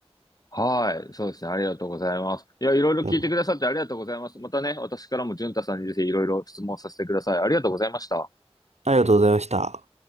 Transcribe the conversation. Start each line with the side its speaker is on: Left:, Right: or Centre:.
Left: はい。そうですね。ありがとうございます。いや、いろいろ聞いてくださってありがとうございます。
Right: や
Left: またね、私からも淳太さんにぜひいろいろ質問させてください。ありがとうございました。
Right: ありがとうございました。